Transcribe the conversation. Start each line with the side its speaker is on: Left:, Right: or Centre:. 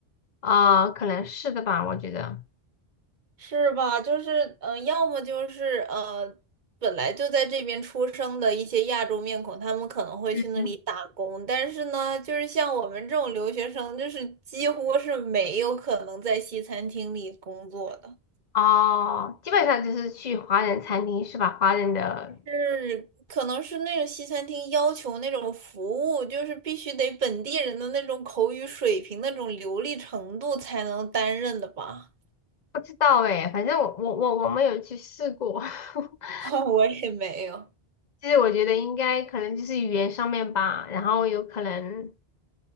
Left: 啊、可能是的吧，我觉得。
Right: 是吧？就是，嗯，要么就是呃，本来就在这边出生的一些亚洲面孔，他们可能会去那里打工，
Left: 嗯
Right: 但是呢，就是像我们这种留学生，就是几乎是没有可能在西餐厅里工作的。
Left: 哦，基本上就是去华人餐厅是吧？华人的
Right: 是，可能是那种西餐厅要求那种服务，就是必须得本地人的那种口语水平、那种流利程度才能担任的吧？
Left: 不知道哎，反正我我我我没有去试过。<laughs>
Right: <laughs> 我也没有，
Left: 其实我觉得应该可能就是语言上面吧，然后有可能